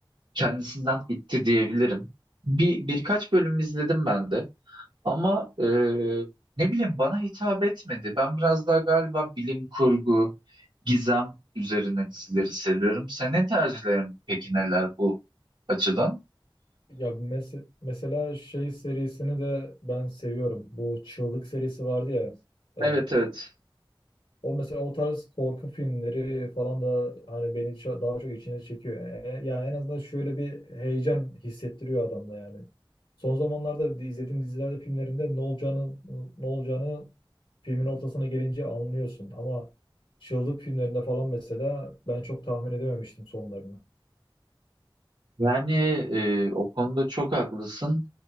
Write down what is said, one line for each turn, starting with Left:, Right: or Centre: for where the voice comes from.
Right: kendisinden itti diyebilirim. Bir birkaç bölüm izledim ben de. Ama e, ne bileyim bana hitap etmedi. Ben biraz daha galiba bilim kurgu, gizem üzerine dizileri seviyorum. Senin tercihlerin peki neler bu açıdan?
Left: Ya mes- mesela şey serisini de ben seviyorum. Bu Çığlık serisi vardı ya. e,
Right: Evet evet.
Left: O mesela o tarz korku filmleri falan da hani beni ça- daha çok içine çekiyor. E, e, Yani en azından şöyle bir heyecan hissettiriyor adamda yani. Son zamanlarda di- izlediğim dizilerde, filmlerinde ne olacağını ne olacağını filmin ortasına gelince anlıyorsun. Ama çığlık filmlerinde falan mesela ben çok tahmin edememiştim sonlarını.
Right: Yani e, o konuda çok haklısın.